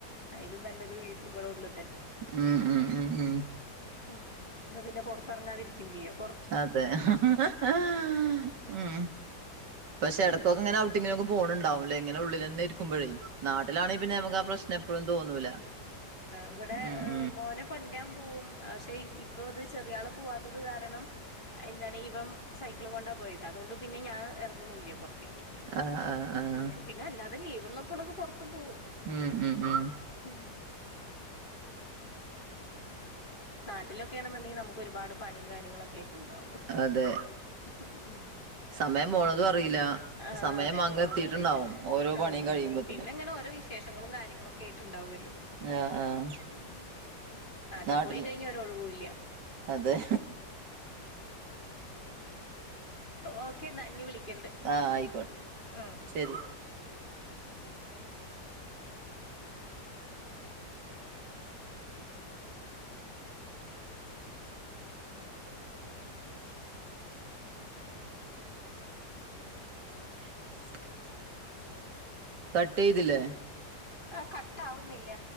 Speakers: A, on the left (about 30°); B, on the right (about 80°).
A: അയിലും നല്ലത് വീണ്ടും ഇവിടെ ഉള്ള്
B: ഉം ഉം ഉം ഉം
A: ഉം ഇന്നാ പിന്നെ പുറത്തിറങ്ങാതിരിക്കും ചെയ്യാം.
B: അതെ <unintelligible> ഉം പക്ഷേ ഇടക്കൊക്കെ ഇങ്ങനെ ഔട്ടിങ്ങിന് ഒക്കെ പോന്നുണ്ടാവും ല്ലേ ഇങ്ങനെ ഉളളിൽ തന്നെ ഇരിക്കുമ്പോഴേ നാട്ടിൽ ആണെങ്കിൽ പിന്നെ ആ പ്രശ് നം എപ്പോളും തോന്നൂല
A: ആഹ് ഇവിടെ
B: ഉം ഉം
A: മോന് കൊണ്ടരാൻ പോവും. പക്ഷെ ഇപ്പൊ അത് ചെറിയാള് പോവാത്തത് കാരണം. അത് എന്താണ് ഇവം സൈക്കിളും കൊണ്ടാ പോയത്. അതുകൊണ്ട് പിന്നെ ഞാൻ ഇറങ്ങുന്നില്ല പുറത്തേക്ക്
B: ആഹ് ആഹ് ആഹ്
A: ഉം പിന്നെ അല്ലാതെ ലീവ് ഉള്ളപ്പോളൊക്കെ പുറത്തു പോവും
B: ഉം ഉം ഉം
A: ഉം നാട്ടിലൊക്കെയാണെന്നുണ്ടെങ്കിൽ നമുക്ക് ഒരുപാട് പണിയും കാര്യങ്ങളൊക്കെ ട്ടുണ്ടാവും
B: അതെ
A: <unintelligible>
B: സമയം പോണതും അറിയില്ല
A: ആ
B: സമയം
A: അതെ
B: അങ്ങ്
A: പോണത്
B: എത്തിയിട്ടുണ്ടാവും
A: അറിയില്ല.
B: ഓരോ
A: ആഹ്
B: പണിയും കഴിയുമ്പോത്തിന്
A: പിന്നെ ഇങ്ങനെ ഓരോ വിശേഷങ്ങളും കാര്യങ്ങളും ഒക്കെ ആയിട്ടുണ്ടാവുമല്ലോ.
B: ആഹ് ആഹ്
A: <unintelligible> നാട്ടിൽ
B: നാട്ടില്
A: പോയി കഴിഞ്ഞാൽ ഒരു ഒഴിവുമില്ല.
B: അതെ
A: ഓക്കെ എന്നാ ഇനി വിളിക്കണ്ട്
B: ആഹ് ആയിക്കോട്ടെ
A: ഉം ഉം
B: ശരി. <inaudible> കട്ട് ചെയ്തില്ലേ
A: ആഹ് കട്ട് ആവുന്നില്ല